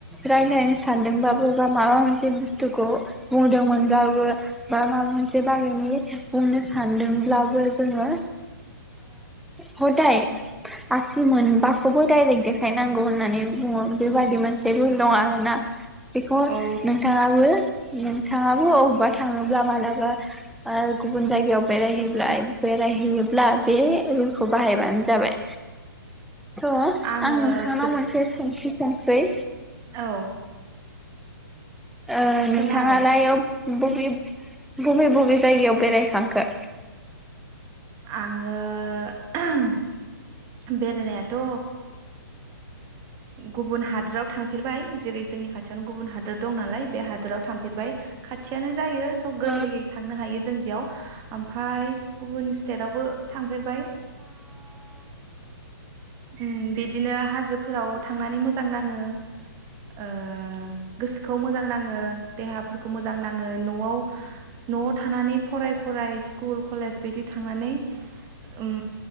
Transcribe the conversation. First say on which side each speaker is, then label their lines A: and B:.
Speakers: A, in the centre; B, on the right (about 20°).
A: रायलायनो सानदोंबाबो बा माबा मोनसे बुस्थुखौ बुंदोंमोनब्लाबो बा माबा मोनसे बागैनि बुंनो सानदोंब्लाबो जोङो खदाय <inaudible> आसि मोनबाखोबो डाइरेक्ट देखायनांगौ होननानै बुङो बेबादिमोन। बे रुल दं आरोना। बेखौ
B: औ
A: नोंथाङाबो नों थाङाबो अबबा थाङोब्ला मालाबा ओ गुबुन जायगायाव बेरायहैब्ला-बेरायोहैब्ला बे रुलखौ बाहायबानो जाबाय। श
B: आङो
A: आं नोंथांनाव
B: जोब
A: मोनसे सोंथि सोंसै।
B: औ
A: ओ नोंथाङालाय
B: सोंनो हागोन
A: बबे-बबे बबे जायगायाव बेरायखांखो?
B: आङो <inaudible> बेरायनायाथ ओ गुबुन हादोराव थांफेरबाय जेरै जोंनि खाथियावनो गुबुन हादोर दं नालाय बे हादोराव थांफेरबाय खाथियानो। जायो सब गोरलैयै
A: औ
B: थांनो हायो जों बेयाव। फाय गुबुन स्टेदावबो थांफेरबाय। ओम बिदिनो हाजोफोराव थांनानै मोजां नाङो। ओ गोसोखौ मोजां ना ङो देहाफोर खौ मोजां नआव-नआव थानानै फराय फराय स्कुल कलेज बिदि थांनानै ओम